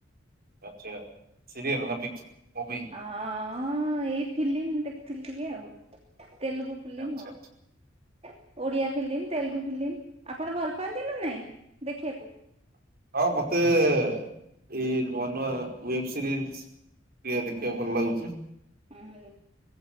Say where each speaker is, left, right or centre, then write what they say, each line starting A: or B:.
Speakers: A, on the right; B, on the right.
A: ଆଚ୍ଛା ସିରିଏଲ୍ ନା ମୁଭି
B: ହ ଏଇ ଫିଲ୍ମ ଦେଖୁଥିଲି ଟିକେ ଆଉ। ତେଲୁଗୁ ଫିଲ୍ମ
A: ଆଚ୍ଛା
B: ହଉ।
A: ଆଚ୍ଛା
B: ଓଡିଆ ଫିଲ୍ମ ତେଲୁଗୁ ଫିଲ୍ମ ଆପଣ ଭଲ ପାଆନ୍ତି ନା ନାଇଁ ଦେଖିବାକୁ।
A: ହଁ ମତେ ଏଇ ନୂଆ ନୂଆ ୱବ ସିରିଜ ପ୍ରିୟା ଦେଖିବାକୁ
B: ହୁଁ
A: ଭଲ ଲାଗୁଛି।
B: ହୁଁ ହୁଁ